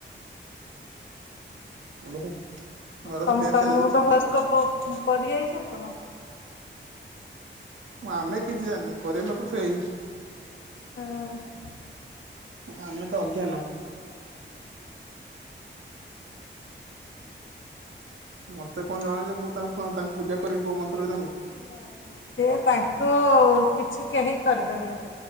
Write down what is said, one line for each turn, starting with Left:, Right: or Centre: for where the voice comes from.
Right: <inaudible> ନୂଆ ରଥ
Left: ତ
Right: ତିଆରି
Left: ତମକୁ
Right: ଚାଲିଛି
Left: ତ ଫାଷ୍ଟ କ ପଡିିଯାଇଛି ଆଉ କଣ
Right: ଆମେ କିଛି ଜାଣିନୁ କରିବା ଲୋକ ସେଇ
Left: ହଁ।
Right: ଆମେ ତ ଅଜ୍ଞାନ। ମତେ କଣ ଜଣା ଯେ ମୁଁ ତା ତାଙ୍କୁ ପୂଜା କରିବି କୋଉ ମନ୍ତ୍ରରେ ତାଙ୍କୁ
Left: ନାଇ ନାଇଁ ସେ ତାଙ୍କୁ କିଛି କେହି କରିପାରିବେନି